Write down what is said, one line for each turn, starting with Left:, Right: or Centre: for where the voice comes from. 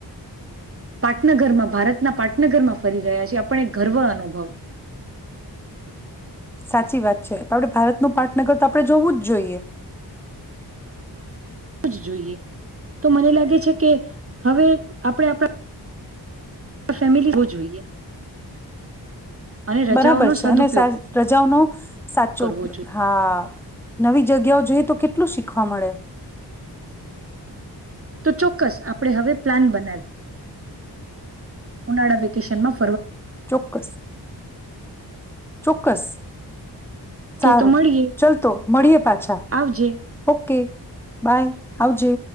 Right: પાટનગરમાં ભારતના પાટનગરમાં ફરી રહ્યા છેીએ. આપણ એક ગર્વ અનુભવ
Centre: સાચી વાત છે, ભારતનું પાટનગર તો આપણે જોવું જ જોઈએ.
Right: જ જોઈએ. તો મને લાગે છે, કે હવે આપણે આપણા આ ફેમિલી હોવું જોઈએ. અને રજાઓનો
Centre: બરાબર છે
Right: સદઉપયોગ
Centre: અને સા રજાઓનો સાચો
Right: કરવો
Centre: ઉપયોગ.
Right: જોઈએ
Centre: હા! નવી જગ્યાઓ જઈએ તો કેટલું શીખવા મળે.?
Right: તો, ચોક્કસ આપણે હવે પ્લાન બનાવી. ઉનાળા વેકેશન મા
Centre: ચોક્કસ! ચોક્કસ સારું!
Right: કે તો મળીએ
Centre: ચાલ તો મળીએે પાછા,
Right: આવજે
Centre: ઓકે બાય. આવજે!